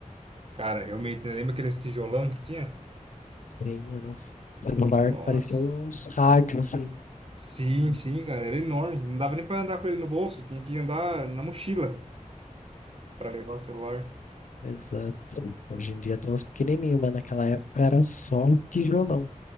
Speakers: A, on the right; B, on the left.
A: Cara, eu me lembra aquele tijolão que tinha?
B: sim, era um c- celular,
A: Nossa.
B: parecia uns rádios, assim.
A: Sim,
B: Eles-
A: sim, cara, era enorme. Não dava nem pra andar com ele no bolso, tinha que andar na mochila pra levar o celular.
B: Exato. Hoje em dia tem uns pequenininhos, mas naquela época era só um tijolão.